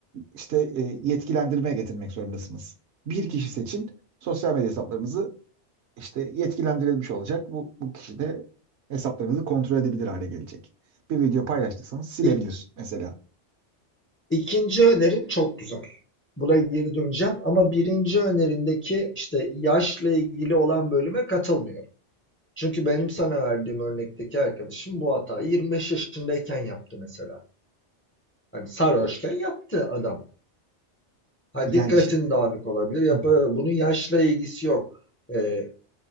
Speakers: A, on the right; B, on the left.
A: işte e, yetkilendirmeye getirmek zorundasınız. Bir kişi seçin, sosyal medya hesaplarınızı işte yetkilendirilmiş olacak. Bu, bu kişi de hesaplarınızı kontrol edebilir hale gelecek. Bir video paylaştıysanız silebilir
B: ik
A: mesela.
B: ikinci önerin çok güzel. Buna geri döneceğim ama birinci önerindeki, işte, yaşla ilgili olan bölüme katılmıyorum. Çünkü benim sana verdiğim örnekteki arkadaşım bu hatayı 25 yaşındayken yaptı mesela. Hani sarhoşken yaptı adam. Ha
A: Yani
B: dikkatin
A: şimdi
B: dağınık olabilir. Yapar.
A: Hı.
B: Bunun yaşla ilgisi yok. Ee,